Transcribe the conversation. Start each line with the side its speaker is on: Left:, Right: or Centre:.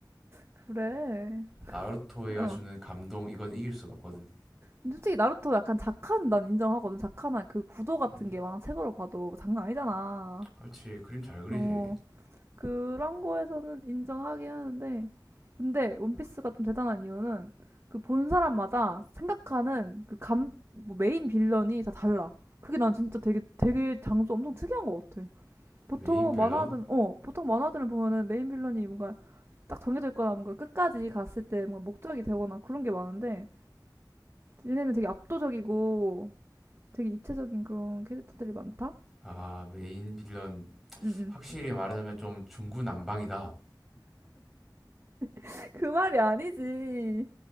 Right: 그래.
Centre: 나루토가
Right: 어.
Centre: 주는 감동 이건 이길 수가 없거든
Right: 근데 솔직히 나루토 약간 작한 난 인정하거든. 작한한 그 구도 같은
Centre: 음
Right: 게 막 책으로 봐도 장난 아니잖아.
Centre: 그렇지 그림 잘 그리지
Right: 어. 그런 거에서는 인정하긴 하는데, 근데 원피스가 좀 대단한 이유는 그 본 사람마다 생각하는 그 감, 뭐 메인 빌런이 다 달라. 그게 난 진짜 되게 되게 장소 엄청 특이한 것 같아. 보통
Centre: 메인 빌런?
Right: 만화든 어 보통 만화들을 보면은 메인 빌런이 뭔가 딱 정해져 있거나 뭔가 끝까지 갔을 때 뭔가 목적이 되거나 그런 게 많은데 얘네는 되게 압도적이고 되게 입체적인 그런 캐릭터들이 많다.
Centre: 음아 메인 빌런
Right: 응응.
Centre: 확실히 말하자면 좀 중구난방이다
Right: <laughs> 그 말이 아니지.